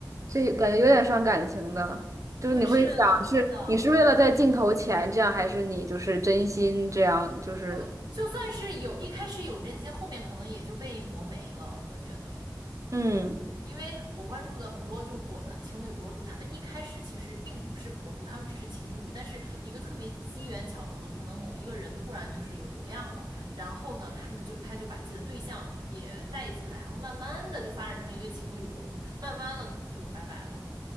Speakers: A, on the right; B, on the right.
A: 这感觉有点伤感情的，就是你会想是你是为了在镜头前这样，
B: 对，是的，是的，
A: 还是你就是真心这样？就是
B: 就就算是有一开始有真心，后面可能也就被磨没了，我觉得。
A: 嗯，
B: 因为我关注的很多就博 <laughs> 情侣博主，他们一开始其实并不是博主，他们只是情侣，但是一个特别机缘巧合，可能某一个人突然就是有流量了，然后呢，他们就他就把自己的对象也带进来，然后慢慢的就发展成一个情侣博主，慢慢的就拜拜了，